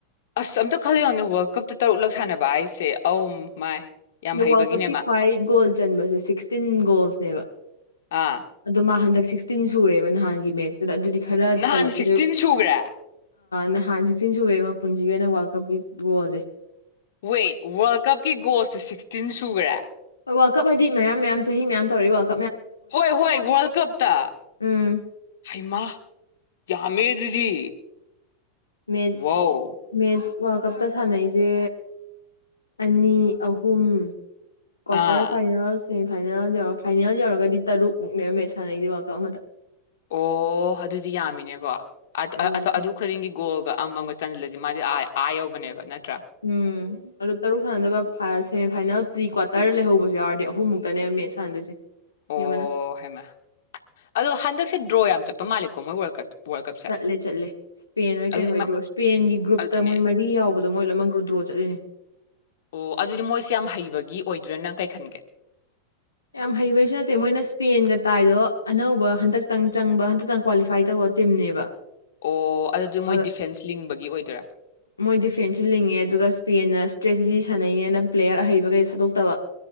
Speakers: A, on the left (about 55°); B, on the left (about 80°).
A: ꯑꯁ ꯑꯝꯇ ꯈꯜꯂꯤꯂ ꯌꯥꯎꯅꯦ ꯋ ꯀꯞꯇ ꯇꯔꯨꯛꯂꯛ ꯁꯥꯟꯅꯕ ꯍꯥꯏꯁꯦ ꯑꯝ ꯃꯥꯏ ꯌꯥꯝ ꯍꯩꯕꯒꯤꯅꯦ
B: ꯋꯥꯔꯜꯗ ꯀꯞꯀꯤ
A: ꯃꯥ
B: ꯈ꯭ꯋꯥꯏ ꯒꯣꯜ ꯆꯟꯕꯁꯦ ꯁꯤꯛꯁꯇꯤꯟ ꯒꯣꯜꯁꯅꯦꯕ
A: ꯑꯥ
B: ꯑꯗꯣ ꯃꯥ ꯍꯟꯗꯛ ꯁꯤꯛꯁꯇꯤꯟ ꯁꯨꯔꯦꯕ ꯅꯍꯥꯟꯒꯤ ꯃꯦꯠꯁꯇꯨꯗ ꯑꯗꯨꯗꯤ ꯈꯔ
A: ꯅꯍꯥꯟ
B: ꯆꯜꯂꯛꯈꯤꯗꯣꯏ
A: ꯁꯤꯛꯁꯇꯤꯟ ꯁꯨꯈ꯭ꯔꯦ
B: ꯅꯍꯥꯟ ꯁꯤꯛꯇꯤꯟ ꯁꯨꯔꯦ ꯃꯄꯨꯟꯁꯤꯒꯤ ꯑꯣꯏꯅ ꯋꯥꯔꯜ ꯀꯞꯀꯤ ꯒꯣꯜꯁꯦ
A: ꯋꯦꯠ ꯋꯥꯔꯜ ꯀꯞꯀꯤ ꯒꯣꯜꯁꯁꯦ ꯁꯤꯛꯁꯇꯤꯟ ꯁꯨꯈ꯭ꯔꯦ
B: ꯋꯥꯀꯞ ꯍꯥꯏꯗꯤ ꯃꯌꯥꯝ ꯃꯌꯥꯝ ꯆꯍꯤ ꯃꯌꯥꯝ ꯇꯧꯔꯛꯏ ꯋꯥꯀꯞ
A: ꯍꯣꯏ ꯍꯣꯏ ꯋꯥꯔꯜ ꯀꯞꯇ
B: ꯎꯝ
A: ꯍꯩꯃꯥ ꯌꯥꯃꯦ ꯑꯗꯨꯗꯤ
B: ꯃꯦꯠ
A: ꯋꯥꯎ
B: ꯃꯦꯠ ꯋꯥꯔꯜ ꯀꯞꯇ ꯁꯥꯟꯅꯩꯁꯦ ꯑꯅꯤ ꯑꯍꯨꯝ ꯀ꯭ꯇꯔ
A: ꯑꯥ
B: ꯐꯥꯏꯅꯜꯁ ꯁꯦꯃꯤꯐꯥꯏꯅꯦꯜ ꯌꯧꯔ ꯐꯥꯏꯅꯦꯜ ꯌꯧꯔꯒꯗꯤ ꯇꯔꯨꯛꯨꯛꯦꯕ ꯃꯦꯠꯆ ꯁꯥꯟꯅꯩꯁꯗꯤ ꯋꯥꯔꯜ ꯀꯞ ꯑꯃꯗ
A: ꯑꯣ ꯑꯗꯨꯗꯤ ꯌꯥꯝꯃꯤꯅꯦꯀꯣ
B: ꯎꯝ
A: ꯑꯗꯨ ꯈꯗꯤꯡꯒꯤꯒꯣꯛꯑꯒ ꯑꯃꯥꯡꯒ ꯆꯟꯁꯤꯜꯂꯗꯤ ꯃꯥꯗꯤ ꯑ ꯑꯥ ꯌꯧꯕꯅꯦꯕ ꯅꯠꯇ꯭ꯔꯥ
B: ꯎꯝ ꯑꯗꯣ ꯇꯔꯨꯛ ꯁꯥꯟꯅꯗꯅꯕ ꯁꯦꯃꯤꯐꯥꯏꯅꯦꯜ ꯄ꯭ꯔꯤ ꯀ꯭ꯋꯥꯔꯇꯔ ꯂꯩꯍꯧꯕꯁꯨ ꯌꯥꯎꯔꯗꯤ ꯑꯍꯨꯝꯃꯨꯛꯇꯅꯦꯕ ꯃꯦꯠ ꯁꯥꯟꯅꯗꯣꯏꯁꯦ
A: ꯑꯣ
B: ꯃꯤ ꯑꯃꯅ
A: ꯍꯩꯃꯥ ꯑꯗꯣ ꯍꯟꯗꯛꯁꯦ ꯗ꯭ꯔꯣ ꯌꯥꯝ ꯆꯠ ꯄ ꯃꯥꯜꯂꯤꯀꯣ ꯃꯣꯏ ꯋꯥꯔꯜ ꯀꯞ꯫ ꯋꯥꯔꯜ ꯀꯞꯁꯦ
B: ꯆꯠꯂꯦ ꯆꯠꯂꯦ ꯏꯁꯄꯦꯟ ꯍꯣꯏ
A: ꯑꯗꯨꯗꯤ
B: ꯀꯩꯍꯣꯏ
A: ꯃ-
B: ꯗ꯭ꯔꯣ ꯏꯁꯄꯦꯟꯒꯤ ꯒ꯭ꯔꯨꯞꯇ
A: ꯑꯗꯨꯅꯦ
B: ꯃꯣꯏ ꯃꯔꯤ ꯌꯥꯎꯕ ꯑꯗꯣ ꯃꯣꯏ ꯂꯣꯏꯃꯛ ꯒ꯭ꯔꯨ ꯗ꯭ꯔꯣ ꯆꯠꯂꯤꯅꯦ꯫
A: ꯑꯣ ꯑꯗꯨꯗꯤ ꯃꯣꯏꯁꯦ ꯌꯥꯝ ꯍꯩꯕꯒꯤ ꯑꯣꯏꯗ꯭ꯔꯥ ꯅꯪ ꯀꯩ ꯈꯟꯒꯦ꯫
B: ꯌꯥꯝ ꯍꯩꯕꯩꯁꯨ ꯅꯠꯇꯦ ꯃꯣꯏꯅ ꯏꯁꯄꯦꯟꯒ ꯇꯥꯏꯗꯣ ꯑꯅꯧꯕ ꯍꯟꯗꯛꯇꯪ ꯆꯪꯕ ꯍꯟꯗꯛꯇꯪ ꯀ꯭ꯋꯥꯂꯤꯐꯥꯏ ꯇꯧꯕ ꯇꯤꯝꯅꯦꯕ꯫
A: ꯑꯣ꯫ ꯑꯗꯨꯗꯤ ꯃꯣꯏ
B: ꯑꯗꯣ
A: ꯗꯤꯐꯦꯟꯁ ꯂꯤꯡꯕꯒꯤ ꯑꯣꯏꯗꯣꯏꯔꯥ
B: ꯃꯣꯏ ꯗꯤꯐꯦꯟꯁꯨ ꯂꯤꯡꯉꯦ ꯑꯗꯨꯒ ꯏꯁꯄꯦꯟꯅ ꯁꯇ꯭ꯔꯦꯇꯤꯖꯤ ꯁꯥꯟꯅꯩꯅꯦꯅ ꯄ꯭ꯂꯦꯌꯔ ꯑꯍꯩꯕꯈꯩ ꯊꯥꯗꯣꯛꯇꯕ